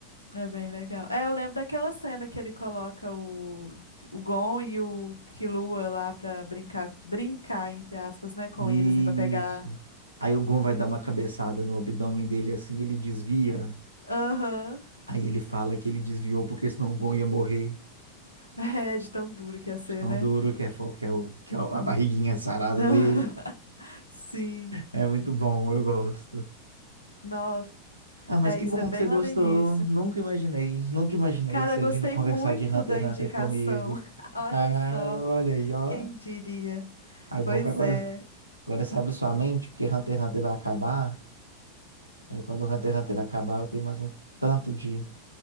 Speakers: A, on the left (about 85°); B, on the right (about 85°).
A: É bem legal. É, eu lembro daquela cena que ele coloca o, o Gon e o Killua lá pra brincar, brincar, entre aspas, né, com
B: Isso.
A: ele, assim, pra pegar.
B: Aí o Gon vai dar uma cabeçada no abdômen dele assim, ele desvia.
A: Aham.
B: Aí ele fala que ele desviou porque senão o Gon ia morrer.
A: É de tão duro que ia ser,
B: De Tão
A: né?
B: duro que é, fo- que é, o, que é a barriguinha sarada
A: <laughs>
B: dele.
A: Sim.
B: É muito bom, eu gosto.
A: Nossa,
B: Ah, mas
A: é
B: que
A: isso,
B: bom
A: é bem
B: que você gostou.
A: lá no início.
B: Nunca imaginei, nunca imaginei
A: Cara,
B: você
A: eu gostei
B: vindo conversar
A: muito
B: de Hunter
A: da
B: x
A: indicação.
B: Hunter comigo.
A: <laughs> Olha
B: Ah,
A: só,
B: olha aí, ó.
A: quem diria?
B: Ah, bom
A: Pois
B: que agora,
A: é.
B: agora você abre sua mente, porque Hunter x Hunter vai acabar. Aí quando o Hunter x Hunter acabar, eu tenho mais um tanto de,